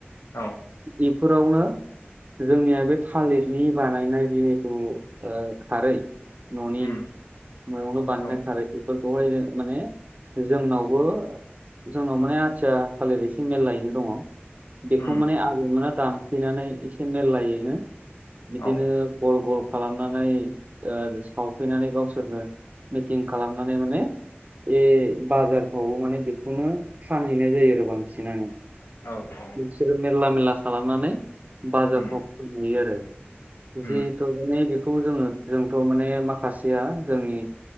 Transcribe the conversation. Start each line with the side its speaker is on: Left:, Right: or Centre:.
Left: औ
Right: इफोरावनो। जोंनिया बे थालिरनि बानायनाय बिखौ ओ खारै। न'नि।
Left: उम
Right: न'आवनो‌ बानायनाय
Left: औ
Right: खारै बेफोरखौहाय माने जोंनावबो जोंनाव माने आथिया थालिर एसे मेललायैनो दङ। बेखौ
Left: उम
Right: माने आबैमोना दानफैनानै एसे मेरलायैनो बिदिनो
Left: औ
Right: गल गल खालामनानै ओ सावफैनानै गावसोरनो। मिटिं खालामनानै माने ए बाजारफ्रावबो माने बेखौनो फानहैनाय जायो आरो बांसिनानो।
Left: औ औ
Right: बिसोरो मेरला मेरला खालामनानै बाजारफ्राव
Left: उम
Right: फानहैयो आरो। जिहेथु
Left: उम
Right: माने बेखौ जोङो जोंथ' माने माखासेया जोंनि